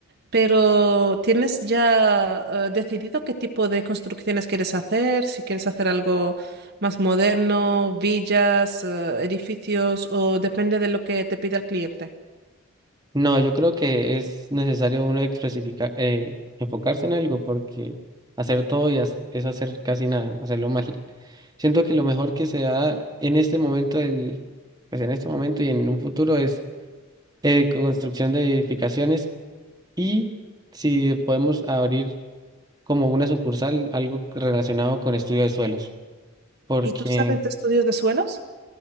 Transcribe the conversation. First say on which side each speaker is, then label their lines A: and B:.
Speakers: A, on the right; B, on the right.
A: pero ¿tienes ya eh, decidido qué tipo de construcciones quieres hacer? Si quieres hacer algo más moderno, villas, eh, edificios, o depende de lo que te pida el cliente.
B: No, yo creo que es necesario uno especificar, eh, enfocarse en algo, porque hacer todo y haz- es hacer casi nada, hacerlo <laughs> mal. Siento que lo mejor que se da en este momento del, pues en este momento y en un futuro es eh, construcción de edificaciones y si podemos abrir como una sucursal algo relacionado con estudio de suelos. Porque
A: ¿Y tú sabes de estudios de suelos?